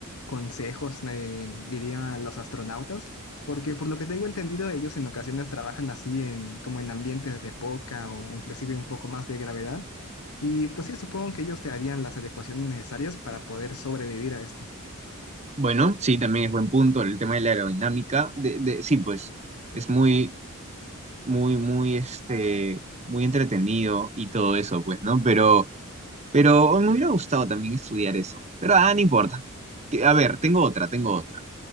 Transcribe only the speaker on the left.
consejos, eh, diría a los astronautas, porque por lo que tengo entendido, ellos en ocasiones trabajan así en, como en ambientes de poca o inclusive un poco más de gravedad. Y pues sí, supongo que ellos te harían las adecuaciones necesarias para poder sobrevivir a esto.